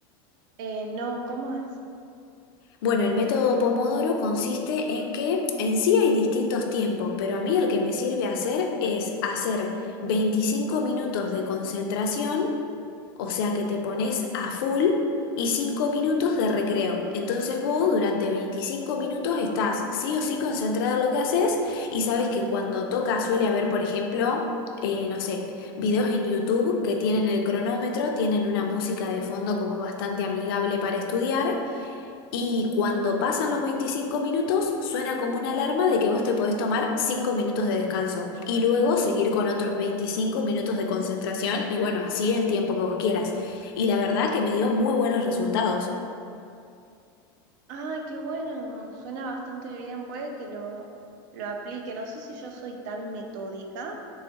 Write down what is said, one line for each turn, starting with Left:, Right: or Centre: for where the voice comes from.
Right: Eh, no, ¿cómo es?
Left: Bueno, el método Pomodoro consiste en que en sí hay distintos tiempos, pero a mí el que me sirve hacer es hacer 25 minutos de concentración, o sea que te pones a full, y 5 minutos de recreo. Entonces vos durante 25 minutos estás sí o sí concentrado en lo que haces y sabes que cuando toca suele haber, por ejemplo, eh, no sé, videos en YouTube que tienen el cronómetro, tienen una música de fondo como bastante amigable para estudiar. Y cuando pasan los 25 minutos, suena como una alarma de que vos te podés tomar 5 minutos de descanso y luego seguir con otros 25 minutos de concentración y bueno, así el tiempo que vos quieras. Y la verdad que me dio muy buenos resultados.
Right: Ah, qué bueno, suena bastante bien, puede que lo, lo aplique. No sé si yo soy tan metódica,